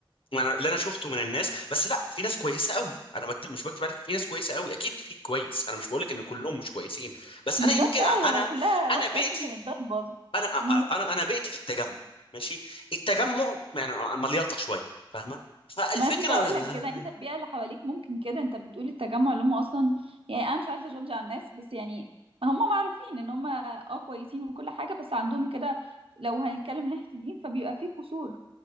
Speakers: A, on the left (about 75°); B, on the right (about 80°).
A: انا اللي انا شفته من الناس بس لا في ناس كويسه قوي انا بكتب مش بكتب عليك في ناس كويسه قوي اكيد في كويس انا مش بقول لك ان كلهم مش كويسين بس
B: بالظبط
A: انا يمكن
B: اه هي
A: انا
B: لو كلها وحشة
A: انا بيئتي
B: اصلا كان البلد باظت
A: انا
B: امم
A: انا انا بيئتي في التجمع ماشي التجمع يعني مليطه شويه فاهمه فالفكره
B: ما انا كنت هقول
A: آه،
B: لك كده انت البيئة اللي حواليك ممكن كده انت بتقول التجمع اللي هم اصلا يعني انا مش عايزة اجادج على الناس بس يعني هم معروفين ان هم اه كويسين وكل حاجة بس عندهم كده لو هنتكلم من ناحية الدين فبيبقى فيه قصور